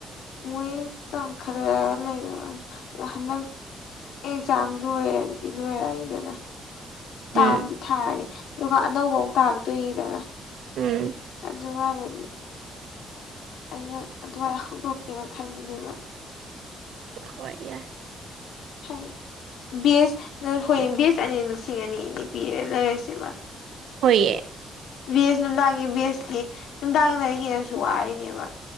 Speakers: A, on the left; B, on the right.
A: ꯃꯣꯏ ꯇꯪꯈꯠꯂꯒ ꯂꯩꯕꯩ ꯋꯥꯅꯤ ꯑꯗꯣ ꯍꯟꯗꯛ ꯑꯦꯛꯖꯥꯝ ꯂꯣꯏꯔꯗꯤ ꯂꯣꯏꯔꯛꯅꯤꯗꯅ ꯇꯥꯝꯗꯤ
B: ꯎꯝ
A: ꯊꯥꯔꯅꯤ ꯑꯗꯨꯒ ꯑꯅꯧꯕ ꯑꯃꯨꯛ ꯇꯥꯔꯛꯇꯣꯏꯅꯤꯗꯅ
B: ꯎꯝ
A: ꯑꯗꯨꯒꯗꯨꯗꯤ ꯑꯩꯅ ꯑꯗꯨꯃꯥꯏ ꯍꯧꯗꯣꯛꯀꯦꯅ ꯈꯟꯕꯅꯦꯕ
B: ꯍꯣꯏ ꯌꯥꯏ
A: ꯍꯦꯜ ꯕꯦꯁ ꯍꯣꯏ ꯕꯦꯁ ꯑꯅꯤ ꯂꯤꯁꯤꯡ ꯑꯅꯤ ꯑꯅꯤ ꯄꯤꯔꯦ ꯂꯩꯔꯁꯦꯕ
B: ꯍꯣꯏꯌꯦ
A: ꯕꯦꯁ ꯅꯨꯡꯗꯥꯡꯒꯤ ꯕꯦꯁꯀꯤ ꯅꯨꯡꯗꯥꯡꯅ ꯍꯦꯟꯅꯁꯨ ꯋꯥꯔꯤꯅꯦꯕ